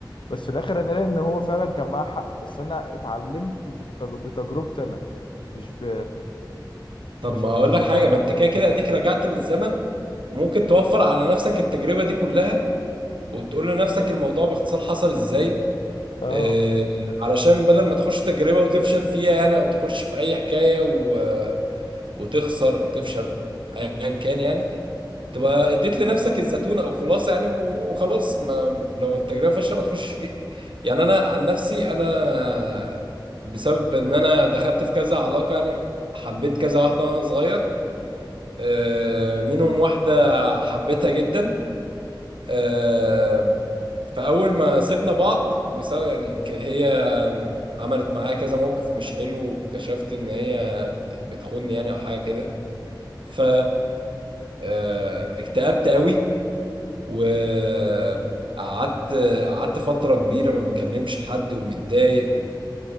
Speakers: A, on the left; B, on the right.
A: بس في الاخر انا لقيت ان هو فعلا كان معاه حق بس انا اتعلمت بالتج... بتجربتي انا مش ب...
B: طب
A: مش
B: ما
A: بالنصيحة
B: هقول لك حاجه ما انت كده كده اديك رجعت بالزمن وممكن توفر على نفسك التجربه دي كلها وتقول لنفسك الموضوع باختصار حصل ازاي
A: اه
B: آه علشان بدل ما تخش تجربه وتفشل فيها يعني او تخش في اي حكايه و... وتخسر او تفشل ايا كان يعني تبقى اديت لنفسك الزتونه او خلاصه يعني وخلاص ما لو التجربه فاشله ما تخشش فيها يعني انا عن نفسي انا بسبب ان انا دخلت في كذا علاقه يعني حبيت كذا واحده وانا صغير آه، منهم واحده حبيتها جدا آه، فاول ما سيبنا بعض بسبب يعني ك- هي عملت معايا كذا موقف مش حلو واكتشفت ان هي بتخوني يعني او حاجه كده ف آه، اكتئبت قوي وقعدت قعدت فترة كبيرة ما بكلمش حد ومتضايق و...